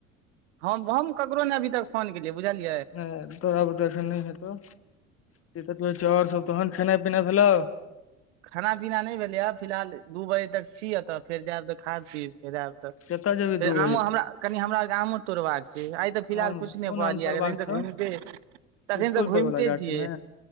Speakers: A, on the right; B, on the left.
A: हम हम ककरो नहि अभी तक फोन केलियै बुझलियै
B: ह तड़ा बुते एखन नहि हेतो कहै छै ओर सब तहन खेनाइ पिना भेल
A: खाना पीना नहि भेलैए फिलहाल दू बजे तक छी एतऽ फेर जायब तऽ खा पीब फेर आयब
B: कतऽ जेबही दू बजे
A: अमरा
B: तक
A: कनि हमरार के आम तोड़बाक आइ तऽ फिलहाल
B: आम
A: किछु
B: कोन
A: नहि कहलियैखन
B: आम तोड़बाक छौ
A: त घुमिते तखन
B: स्कूल
A: त
B: पर
A: घुमिते
B: वला गाछी
A: छियै
B: मे